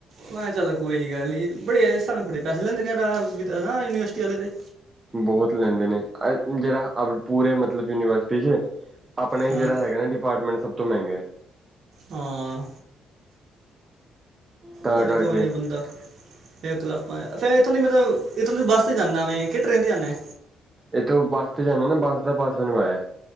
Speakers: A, on the right; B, on the right.
A: ਮੈਂ ਕਯਾ ਚੱਲ ਕੋਈ ਗੱਲ ਨੀ, ਬੜੇ ਇਸ ਹਿਸਾਬ ਨਾਲ ਬੜੇ ਪੈਸੇ ਲੈਂਦੇ ਨੇ ਐ ਤਾਂ ਹੈ ਨਾ ਯੂਨੀਵਰਸਿਟੀ ਵਾਲੇ ਤੇ।
B: ਬੋਹਤ ਲੈਂਦੇ ਨੇ, <unintelligible> ਜੇੜਾ ਪੂਰੇ ਮਤਲਬ ਯੂਨੀਵਰਸਿਟੀ 'ਚ ਆਪਣਾ ਹੀ
A: ਹਾਂ
B: ਜੇੜਾ ਹੈਗਾ ਨਾ ਡਿਪਾਰਟਮੈਂਟ ਸਭ ਤੋਂ ਮਹਿੰਗਾ ਐ।
A: ਹਾਂ,
B: ਤਾਂ
A: ਚਲੋ
B: ਕਰਕੇ
A: ਕੋਈ ਨੀ ਬੰਦਾ ਇੱਕ ਲੱਖ ਪੰਜ ਫਿਰ ਏਥੋਂ ਦੀ ਮਤਲਬ ਏਥੋਂ ਦੀ ਤੂੰ ਬੱਸ 'ਤੇ ਜਾਨਾਂ ਵੇਂ ਕਿ ਟਰੇਨ 'ਤੇ ਜਾਨਾਂ ਐ?
B: ਏਥੋਂ ਬੱਸ ਤੇ ਜਾਂਨੇ ਨਾ, ਬੱਸ ਦਾ ਪਾਸ ਬਨਵਾਇਆ।